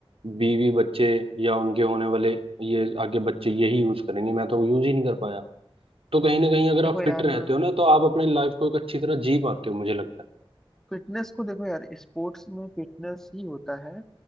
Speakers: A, on the right; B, in the centre.
A: बीवी बच्चे या उनके होने वाले ये आगे बच्चे यही यूज करेंगे मैं तो यूज ही नहीं कर पाया तो कहीं ना कहीं अगर
B: देखो
A: आप
B: यार
A: फिट रहते हो ना तो आप अपनी लाइफ को एक अच्छी तरह जी पाते हो मुझे लगता
B: फिटनेस को देखो यार स्पोर्ट्स में फिटनेस ही होता है